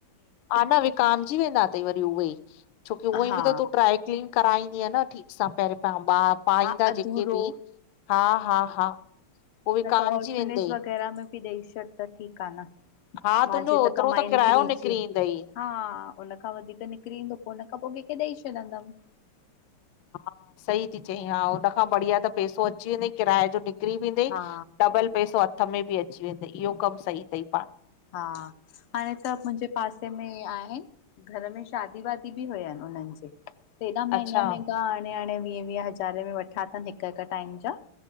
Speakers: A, on the left; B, on the left.
A: हा। न विकामजी वेंदा तई वरी उहे ई। छोकी उअई
B: हा
A: बि त तूं ड्राए क्लीन कराईंन्दीय न ठीक। सां पहिरियों प पा पाईंदा
B: हा अधूरो
A: जेके बि हा, हा, हा। पो विकामजी
B: न त ऑर्फिनेज
A: वेंदई
B: वग़ैरह में बि ॾेई छॾ त ठीकु आ न।
A: हा
B: मा,
A: तुंहिंजो
B: जी त
A: ओतिरो
B: कमाई
A: किरायो
B: निकरी।
A: निकिरी
B: जी
A: ईंदई
B: हा। उन खा वधीक निकिरी ईंदो पोइ हुन खां पोइ कंहिंखे ॾेई छॾंदमि।
A: हा। सही थी चई हा हुन खां बढ़िया त पेसो अची वञे किराए जो निक निकरी वेंदई
B: हा
A: डबल पैसो हथ में बि अची वेंदई इहो कमु सही तई।
B: हा। हणे त मुंहिंजे पास तई में आहिनि घर में शादी वादी बि हुयानि उन्हनि जे। त हेॾा महांंगा,
A: अच्छा
B: महांगा हाणे, हाणे वीह वीह हज़ारे में वठा अथनि हिकु, हिकु टाइम जा।